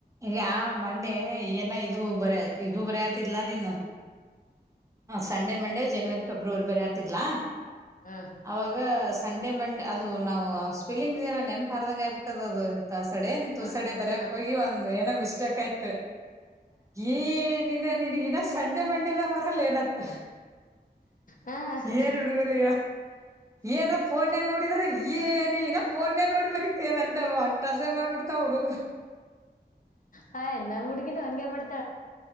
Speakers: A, on the right (about 15°); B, on the left (about 50°).
A: ಈಗ ಆ ಮಣ್ಣೆ ಏನ. ಇದು ಬರ ಇದು ಬರಿ ಆತಲಾ ನೀನು ಸಂಡೇ ಮಂಡೇ ಜನವರಿ ಫೆಬ್ರವರಿ ಬರಿತಿದಲ.
B: ಹ್ಮ್
A: ಅವಾಗ ಸಂಡೆ ಮಂಡೆ. ಅದು ನಾವು ಸ್ಪೆಲಿಂಗ್ೀರ ನೆನ್ಪಾರದಂಗ ಆ್ಬ ಬಿಟ್ಟದ ಅದು. ತ ಸಡೆ ತು
B: ಹ್ಮ್
A: ಸಡೆ ಬರಕ್
B: ಹ್ಮ್
A: ಹೋಗಿ. ಏನೋ ಮಿಸ್ಟೇಕ್ ಆಯ್ತು ಈ. ನೀಿನಗಿನ ಸಂಡೆ ಮಂಡೇನ ಮರಲ್ಲ ನತ್ತ.
B: ಹ ಹ
A: ಏನ್ ಹುಡುಗ್ರಿ ಏನ ಫೋನ್ಲ್ ನೋಡಿದ್ರ. ಏನ ಇನ ಫೋನ್ೇಲ್ ನೋಡಿ ಬರೀತೇ ನಂತ. ತಟಸೆ ಮರ್ಬಿಡ್ತಾ ಹುಡುಗ.
B: ಹ ಎನ್ನ ಹುಗನ ಹಂಗೆ ಮಾಡ್ತ.